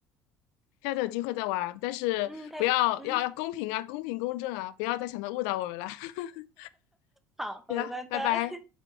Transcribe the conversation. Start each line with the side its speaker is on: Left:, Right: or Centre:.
Left: <laughs> 下次有机会再玩，但是不要要要公平啊，
Centre: 嗯，拜，嗯，
Left: 公平公正啊，不要再想着误导我们了。<laughs>
Centre: 好，
Left: 行了，
Centre: 嗯，拜拜。
Left: 拜拜。